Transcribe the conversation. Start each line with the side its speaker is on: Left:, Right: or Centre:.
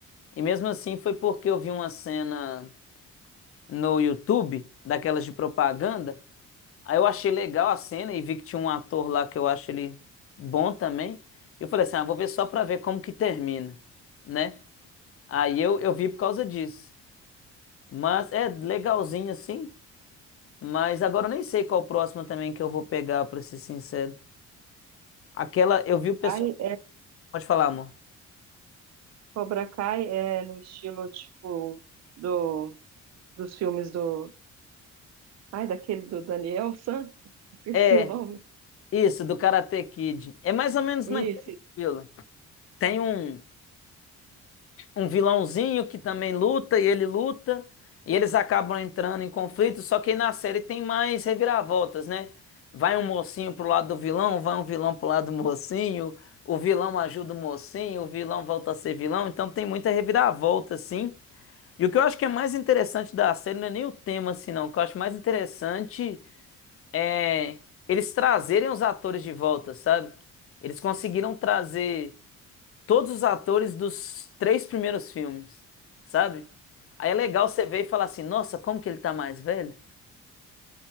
Left: E mesmo assim foi porque eu vi uma cena no YouTube, daquelas de propaganda, aí eu achei legal a cena e vi que tinha um ator lá que eu acho ele bom também. eu falei assim, ah, vou ver só pra ver como que termina, né? Aí eu, eu vi por causa disso. Mas é legalzinho assim. Mas agora eu nem sei qual próximo também que eu vou pegar, pra ser sincero. Aquela, eu vi o pessoal.
Right: Ai,
Left: Pode falar, amor.
Right: Cobra Kai é no estilo, tipo, do, dos filmes do... Ai, daquele do Daniel San? <laughs> Esqueci
Left: É,
Right: o nome.
Left: isso, do Karate Kid. É mais ou menos
Right: Isso.
Left: naquele estilo. Tem um, um vilãozinho que também luta e ele luta, e eles acabam entrando em conflito, só que aí na série tem mais reviravoltas, né? Vai um mocinho pro lado do vilão, vai um vilão pro lado do mocinho, o vilão ajuda o mocinho, o vilão volta a ser vilão, então tem muita reviravolta, assim. E o que eu acho que é mais interessante da série não é nem o tema, assim, não. O que eu acho mais interessante é eles trazerem os atores de volta, sabe? Eles conseguiram trazer todos os atores dos três primeiros filmes, sabe? Aí é legal você ver e falar assim, nossa, como que ele tá mais velho?